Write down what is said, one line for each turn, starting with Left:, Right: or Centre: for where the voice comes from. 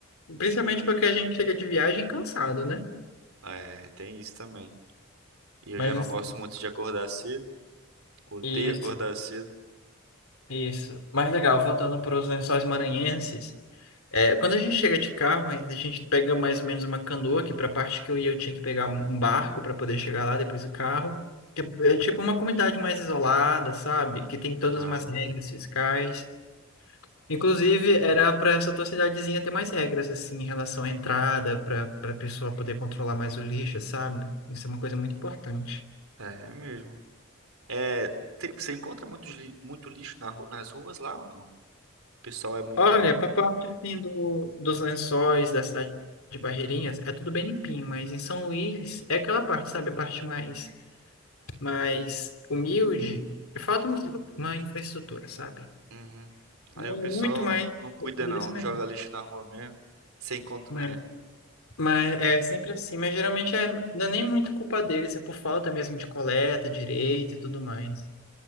Left: Principalmente
Right: e-
Left: porque a gente chega de viagem cansado, né?
Right: é, tem isso também. E eu
Left: Mas
Right: já não
Left: assim,
Right: gosto muito de acordar cedo. Odeio
Left: isso.
Right: acordar cedo.
Left: Isso. Mas legal, voltando para os Lençóis Maranhenses. é, quando a gente chega de carro, ainda a gente pega mais ou menos uma canoa, que para a parte que eu ia eu tinha que pegar um um barco para poder chegar lá depois do carro. Que é, é tipo uma comunidade mais isolada, sabe? Que tem todas
Right: Aham.
Left: umas regras fiscais. Inclusive, era para essa tua cidadezinha ter mais regras, assim, em relação à entrada, para para a pessoa poder controlar mais o lixo, sabe? Isso é uma coisa muito importante.
Right: É, é mesmo. É, tem- você encontra muitos li- muito lixo na ru- nas ruas lá ou não? O pessoal é muito.
Left: Olha, para a parte assim, do, dos lençóis da cidade de Barreirinhas, é tudo bem limpinho, mas em São Luís é aquela parte, sabe? A parte mais, mais humilde. é Falta uma uma infraestrutura, sabe?
Right: Uhum. Aí
Left: Não
Right: o pessoal
Left: muito, mas
Right: não, não cuida,
Left: poderia
Right: não.
Left: ser melhor.
Right: Joga lixo na rua mesmo. Você encontra.
Left: Mas,
Right: É.
Left: mas é sempre assim. Mas geralmente é, não é nem muito culpa deles, é por falta mesmo de coleta, direito e tudo mais.